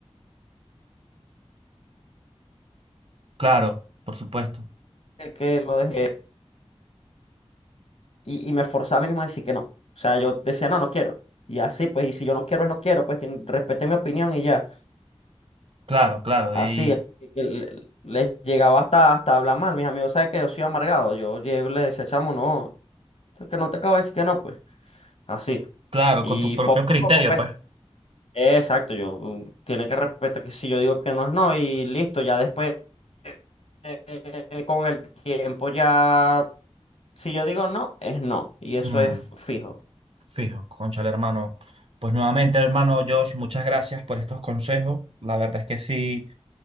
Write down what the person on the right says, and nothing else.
Claro, por supuesto.
Claro, claro.
Y
claro,
con tu propio
criterio,
pues.
Mm.
Fijo, conchale, hermano. Pues nuevamente, hermano Josh, muchas gracias por estos consejos. La verdad es que sí,